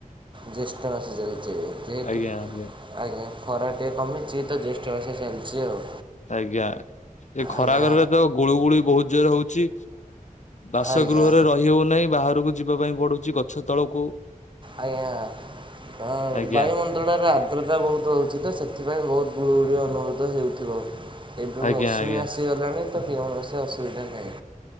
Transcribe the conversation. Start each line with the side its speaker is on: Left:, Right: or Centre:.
Right: ଜ୍ୟେଷ୍ଠ ମାସ ଚାଲିଛି ଯେହେତୁ
Left: ଆଜ୍ଞା ଆଜ୍ଞା
Right: ଆଜ୍ଞା ଖରା ଟିକେ କମିଛି ତ ଜ୍ୟେଷ୍ଠ ମାସ ଚାଲିଛି ଆଉ।
Left: ଆଜ୍ଞା ଏ ଖରା
Right: ଆଜ୍ଞା
Left: ଗରମରେ ତ ଗୁଳୁ ଗୁଳିୁ ବହୁତ ଜୋର ହଉଛି। ବାସଗୃହରେ
Right: ଆଜ୍ଞା
Left: ରହି ହଉନାହିଁ ବାହାରକୁ ଯିବା ପାଇଁ ପଡୁଛି ଗଛ ତଳକୁ।
Right: ଆଜ୍ଞା ଅ
Left: ଆଜ୍ଞା
Right: ବାୟୁମଣ୍ଡ ରେ ଆଦ୍ରତା ବହୁତ ହେଉଛି ତ ସେଥିପାଇଁ ବହୁତ ଗୁଳୁଗୁଳି ଅନୁଭୂତ ହେଉଥିବ। ଏବେ ମୈସୁମୀ
Left: ଆଜ୍ଞା ଆଜ୍ଞା
Right: ଆସିଗଲାଣି ତ କୌଣସି ଅସୁବିଧା ନାହିଁ।